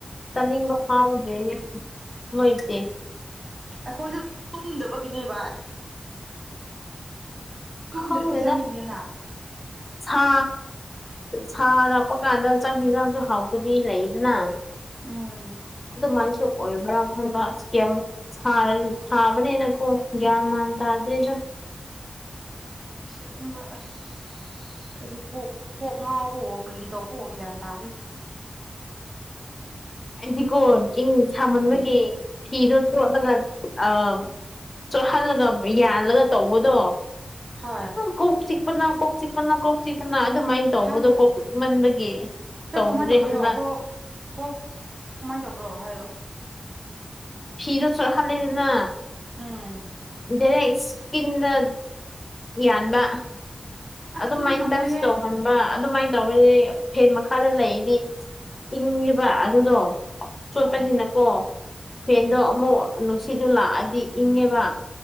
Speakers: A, on the left; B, on the right.
A: ꯆꯥꯅꯤꯡꯕ ꯐꯥꯎꯗꯦꯅꯦ ꯃꯣꯏꯁꯦ
B: ꯑꯩꯈꯣꯏꯁꯨ ꯇꯨꯝꯗꯕꯒꯤꯅꯦ ꯚꯥꯏ ꯇꯨꯝꯗ꯭ꯔꯗꯤ
A: ꯈꯪꯗꯦꯗ
B: ꯆꯥꯅꯤꯡꯗꯦꯅ
A: ꯁꯥ ꯁꯥꯔꯛꯄ ꯀꯥꯟꯗ ꯆꯥꯛ ꯌꯦꯟꯁꯥꯡꯁꯨ ꯍꯥꯎꯇꯕꯤ ꯂꯩꯗꯅ
B: ꯎꯝ
A: ꯑꯗꯨꯃꯥꯢꯁꯨ ꯑꯣꯏꯕ꯭ꯔꯥ ꯈꯟꯕ ꯑꯁ ꯁꯥꯕꯅꯤꯅꯀꯣ ꯒ꯭ꯌꯥꯟ ꯃꯦꯟ ꯇꯥꯗꯦꯗ
B: ꯑꯁꯦꯡꯕ ꯑꯁ ꯑꯩꯗꯤ ꯀꯣꯛ ꯀꯣꯛ ꯉꯥꯎꯕꯥꯎꯑꯣ ꯀꯔꯤ ꯇꯧꯕꯑꯣ ꯒ꯭ꯌꯥꯟ ꯇꯥꯗꯦ
A: ꯑꯩꯗꯤꯀꯣ ꯏꯪ ꯁꯥꯃꯟꯕꯒꯤ
B: ꯎꯝ
A: ꯐꯤꯗꯣ ꯆꯣꯠꯂꯒ ꯑ ꯆꯣꯠꯍꯜꯂꯒ ꯌꯥꯜꯂꯒ ꯇꯧꯕꯗꯣ
B: ꯍꯣꯏ
A: ꯀꯣꯛ ꯆꯤꯛꯄꯅꯥ ꯀꯣꯛ ꯆꯤꯛꯄꯅꯥ ꯀꯣꯛ ꯆꯤꯛꯄꯅꯥ ꯑꯗꯨꯃꯥꯢꯅ ꯇꯧꯕꯗꯣ
B: ꯍꯥꯏꯕ
A: ꯀꯣꯛꯆꯤꯛꯃꯟꯕꯒꯤ
B: ꯇꯣ
A: ꯇꯧꯗ꯭ꯔꯦ
B: ꯀꯃꯥꯏꯅ ꯇꯧꯗꯣꯏꯅꯣ
A: ꯍꯟꯗꯥꯛ
B: ꯀꯣꯛ ꯀꯣꯛ ꯀꯃꯥꯏꯅ ꯇꯧꯕ꯭ꯔꯣ ꯍꯥꯏꯌꯣ
A: ꯐꯤꯗꯣ ꯆꯣꯠꯍꯥꯜꯂꯦꯗꯅ
B: ꯎꯝ
A: ꯗꯥꯢꯔꯦꯛ ꯀꯤꯟꯅ ꯌꯥꯟꯕ
B: ꯑꯁ
A: ꯑꯗꯨꯃꯥꯏꯅ
B: ꯑꯗꯨꯗꯤ ꯉꯝꯃꯣꯏꯍꯦ
A: ꯇꯥꯖ ꯇꯧꯍꯟꯕ ꯑꯗꯨꯃꯥꯏꯅ ꯇꯧꯋꯦ ꯐꯦꯟ ꯃꯈꯥꯗ ꯂꯩꯔꯗꯤ ꯏꯪꯉꯦꯕ ꯑꯗꯨꯗꯣ ꯆꯣꯠꯄꯅꯤꯅꯀꯣ
B: ꯑꯣ
A: ꯐꯦꯟꯗꯣ
B: ꯎꯝ
A: ꯑꯃꯨꯛ ꯅꯨꯡꯁꯤꯠ ꯂꯥꯛꯑꯗꯤ ꯏꯪꯉꯦꯕ